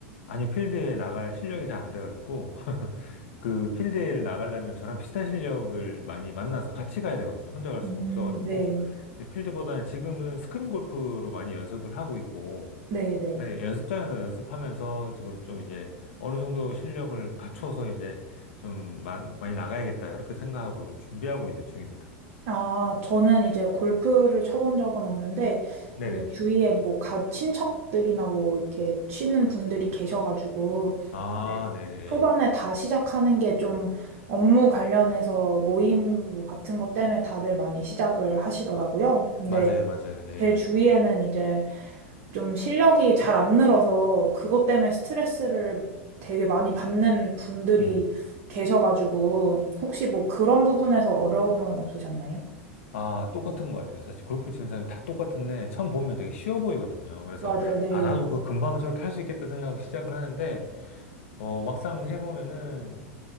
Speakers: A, on the left; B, on the right.
A: 아니, 필드에 나갈 실력이 잘 안 돼가지고, <laughs> 그 필드에 나가려면 저랑 비슷한 실력을 많이 만나서 같이 가야 되거든요. 혼자 갈
B: 음,
A: 수가 없어가지고.
B: 네.
A: 근데 필드보다는 지금은 스크린 골프로 많이 연습을 하고 있고,
B: 네, 네.
A: 그다음에 연습장에서 연습하면서 지금 좀 이제 어느 정도 실력을 갖춰서 이제 좀 마- 많이 나가야겠다. 그렇게 생각하고 좀 준비하고 있는 중입니다.
B: 아, 저는 이제 골프를 쳐본 적은 없는데,
A: 네네.
B: 이제 주위에 뭐, 가, 친척들이나 뭐, 이렇게 치는 분들이 계셔가지고,
A: 아,
B: 네.
A: 네네.
B: 초반에 다 시작하는 게 좀 업무 관련해서 모임 뭐 같은 것 때문에 다들 많이 시작을 하시더라고요. 근데
A: 맞아요, 맞아요. 예.
B: 제 주위에는 이제 좀 실력이 잘 안 늘어서 그것 때문에 스트레스를 되게 많이 받는 분들이
A: 음.
B: 계셔가지고 혹시 뭐 그런 부분에서 어려움은 없으셨나요?
A: 아, 똑같은 것 같아요. 사실 골프 치는 사람이 다 똑같은데 처음 보면 되게 쉬워 보이거든요. 그래서
B: 맞아요, 네.
A: 아, 나도 그 금방 저렇게 할 수 있겠다 생각하고 시작을 하는데 어, 막상 해보면은